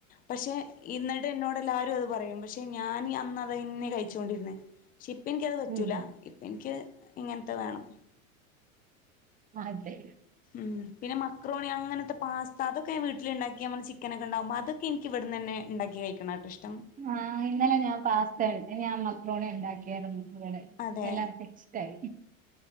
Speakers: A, on the left (about 20°); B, on the right (about 20°).
A: പക്ഷെ ഇന്നിട്ട് എന്നോട് എല്ലാരും അത് പറയും പക്ഷെ ഞാന് അന്നതന്നെ കഴിച്ചോണ്ടിരുന്നേ. ഇപ്പ എനിക്കത് പറ്റൂല
B: ഉം.
A: ഇപ്പ എനിക്ക് ഇങ്ങനത്തെ വേണം
B: അതെ.
A: ഉം പിന്നെ മക്ക്രോണി അങ്ങനത്തെ പാസ്സ്ത അതൊക്കൊ ഞാൻ വീട്ടിലണ്ടാക്കി നമ്മള് ചിക്കന് ഒക്കെണ്ടാവുമ്പ അത്. എനിക്കിവിടെന്നന്നെ ഇണ്ടാക്കി കഴിക്കുന്നഷ്ടം.
B: ആ ഇന്നലെ ഞാൻ പാസ്ത ഉണ്ട് ഞാൻ മക്ക്രോണി ഉണ്ടാക്കിയായിരുന്നു ഇടെ
A: അതെ
B: എല്ലാർക്കും ഇഷ്ട്ടായി